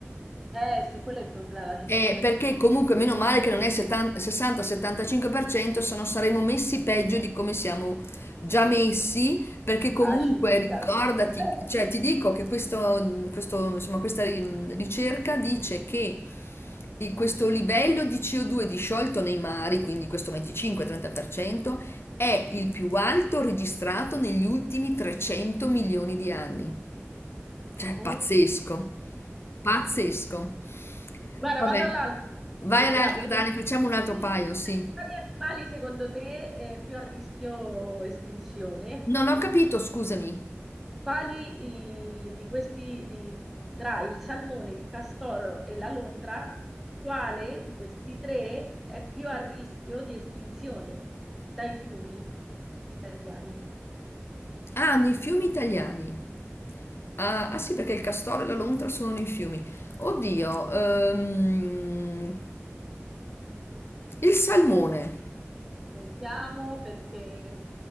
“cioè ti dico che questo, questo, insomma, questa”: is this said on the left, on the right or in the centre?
Left